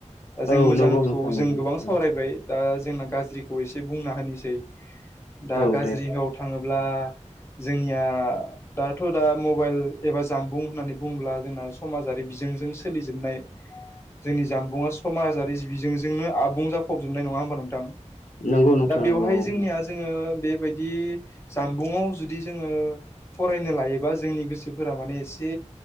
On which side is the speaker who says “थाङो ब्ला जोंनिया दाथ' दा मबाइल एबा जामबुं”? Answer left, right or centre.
Left